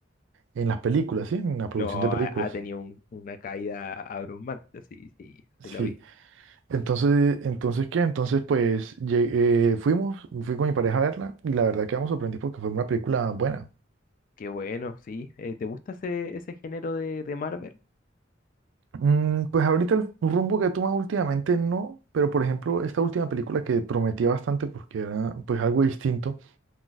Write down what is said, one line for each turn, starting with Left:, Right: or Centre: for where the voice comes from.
Right: en las películas, ¿sí? En la producción
Left: No,
Right: de películas.
Left: ha, ha tenido un- una caída abrumante, sí, sí, sí la
Right: Sí.
Left: vi.
Right: Entonces, entonces ¿qué? Entonces, pues, lle- eh, fuimos, fui con mi pareja a verla y la verdad quedamos sorprendidos porque fue una película buena.
Left: Qué bueno, sí. Eh, ¿te gusta ese, ese género de, de Marvel?
Right: Mm, pues ahorita el rumbo que he tomado últimamente no, pero por ejemplo, esta última película que prometía bastante porque era pues algo distinto,